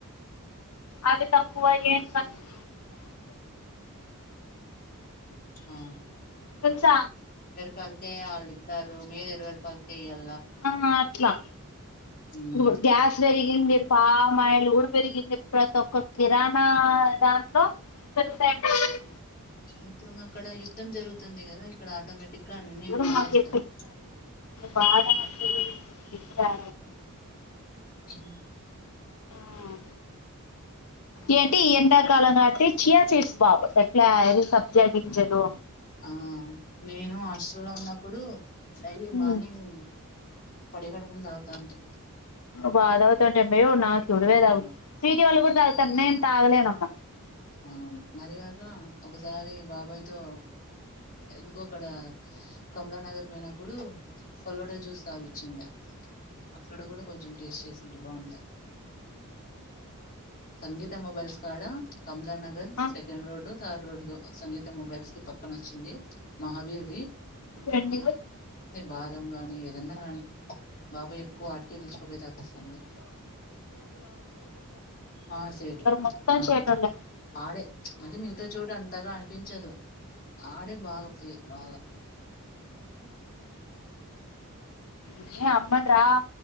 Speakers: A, on the left; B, on the left.
A: అవి తక్కువ ఏం తక్ <inaudible>
B: ఆ
A: వచ
B: పది కే వాళ్ళు ఇస్తారు మీరు ఇరవే రూపాయలకే ఇయ్యాలి
A: ఆ అట్లా
B: ఉమ్
A: ఊ గ్యాస్ పెరిగి ఇంది పామాయిల్ కూడా పెరిగింది ప్రతి ఒక్క కిరాణా దాంట్లో పెరుగుతాండేది
B: ఇప్పుడు ఉంగ్ అక్కడ యుద్ధం జరుగుతుంది కదా ఇక్కడ ఆటోమేటిక్ గా అన్ని పెంచేస్తారు
A: మాకి బాగా ఇప్పుడు
B: హమ్
A: ఆ ఏంటి ఎండాకాలం కాబట్టి చియా సీడ్స్ బాబ అట్లే చేదించదు
B: ఆ నేను హాస్టల్ లో ఉన్నప్పుడు డైలీ
A: ఇవి
B: మార్నింగ్ పడి గడుపున తాగుతా అంటి
A: బాద తంట నా చూరువేద
B: బాగుంటుంది
A: చటీ వాళ్లు కూడా ద తన్నే ఎంత ఆలేనమ్మ
B: ఆ అదిగాక ఒకసారి బాబాయ్తో ఎందుకో అక్కడ కమలా నగర్ పోయినప్పుడు ఫలోడ జ్యూస్ సాపిచింది అక్కడ కూడా కొంచెం టేస్ట్ చేసింటే బాగుండ సంగీత మొబైల్స్ కార్డా కమలా నగర్
A: ఆ
B: సెకండ్ రోడ్ థడ్ రోడ్ సంగీత మొబైల్స్ పక్కన వచ్చింది మహావీర్
A: అక్కడ
B: బాదం గాని ఏదన్నా గాని బాబాయ్ ఎక్కువ ఆటికే పిలుచుకుపోయి తాపిస్తాండే ఆ సేటు
A: మొత్తం
B: ఆ
A: షటోల్లే
B: ఆడే మళ్ళీ మీగతో చోటు అంతగ అనిపించదు ఆడే బాగా ఫ బాగ
A: న అమ్మం రా